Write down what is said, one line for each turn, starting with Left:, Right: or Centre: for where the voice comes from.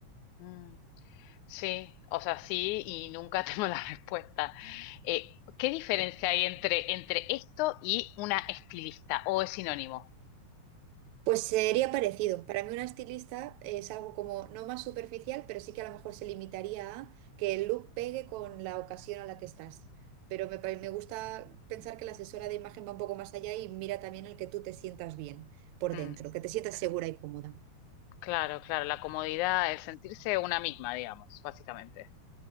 Left: mm. Sí, o sea, sí, y nunca tengo la <laughs> respuesta. Eh, ¿qué diferencia hay entre, entre esto y una estilista? ¿O es sinónimo?
Right: Pues sería parecido. Para mí una estilista es algo como no más superficial, pero sí que a lo mejor se limitaría a que el look pegue con la ocasión a la que estás. Pero me, pa- me gusta pensar que la asesora de imagen va un poco más allá y mira también el que tú te sientas bien por
Left: Mm,
Right: dentro, que te sientas segura y cómoda.
Left: claro, claro, la comodidad, el sentirse una misma, digamos, básicamente.